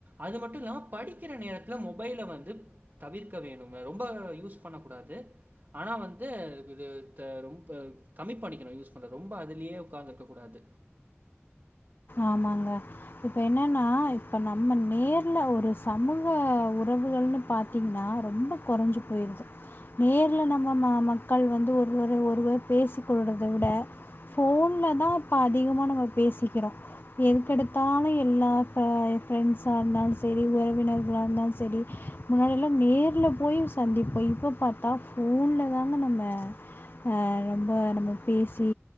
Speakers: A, on the right (about 45°); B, on the left (about 50°).
A: அது மட்டு இல்லாம படிக்கிற நேரத்துல மொபைல வந்து தவிர்க்க வேணுங்க ரொம்ப யூஸ் பண்ண கூடாது ஆனா வந்து இது த்த ரொம்ப கம்மி பண்ணிக்கணு யூஸ் பண்றத ரொம்ப அதுலயே உக்காந்து இருக்கூடாது
B: ஆமாங்க இப்ப என்னன்னா இப்ப நம்ம நேர்ல ஒரு சமூக உறவுகள்னு பாத் தீங்னா ரொம்ப குறைஞ்சு போய்ருது நேர்ல நம்ம ம மக்கள் வந்து ஒருவர ஒருவர் பேசிக் கொள்றத விட போன்ல தா இப்ப அதிகமா நம்ம பேசிக்கிறோ எதுக்கெடுத்தாலு எல்லா ஆ ஃப்ரெண்ட்ஸா இருந்தாலு செரி உறவினர்களா இருந்தாலு செரி முன்னாடியெல்லா நேர்ல போய் சந்திப்போ இப்போ பாத்தா ஃபோன்ல தாங்க நம்ம அ ரொம்ப நம்ம பேசி